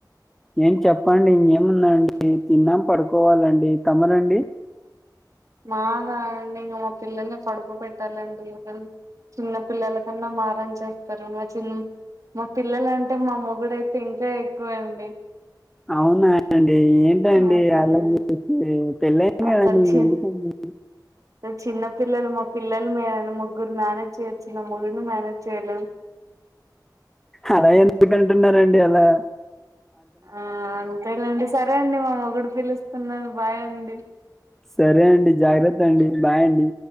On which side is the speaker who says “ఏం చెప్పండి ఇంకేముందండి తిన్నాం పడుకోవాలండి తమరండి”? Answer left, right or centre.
Centre